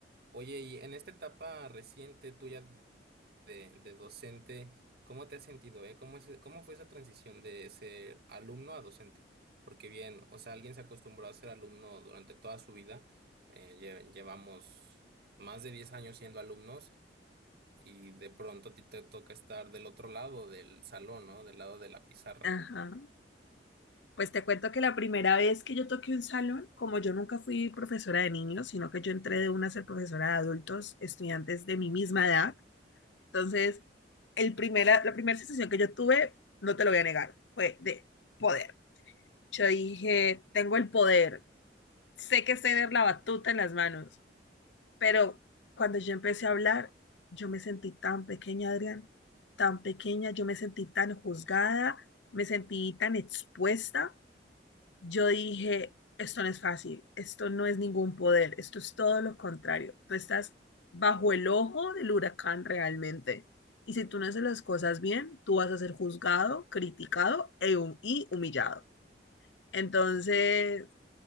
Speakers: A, on the right; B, on the left.
A: Oye, y en esta etapa reciente tuya de, de docente, ¿cómo te has sentido, eh? ¿Cómo es, e, cómo fue esa transición de ser alumno a docente? Porque bien, o sea, alguien se acostumbró a ser alumno durante toda su vida, eh, lle- llevamos más de 10 años siendo alumnos y de pronto a ti te toca estar del otro lado del salón, ¿no? Del lado de la pizarra.
B: Ajá. Pues te cuento que la primera vez que yo toqué un salón, como yo nunca fui profesora de niños, sino que yo entré de una a ser profesora de adultos, estudiantes de mi misma edad. Entonces, el primera, la primera sensación que yo tuve, no te lo voy a negar, fue de poder. Yo dije, tengo el poder, sé que es tener la batuta en las manos. Pero cuando yo empecé a hablar, yo me sentí tan pequeña, Adrián, tan pequeña, yo me sentí tan juzgada, me sentí tan expuesta. Yo dije, esto no es fácil, esto no es ningún poder, esto es todo lo contrario. Tú estás bajo el ojo del huracán realmente. Y si tú no haces las cosas bien, tú vas a ser juzgado, criticado e hum- y humillado. Entonces,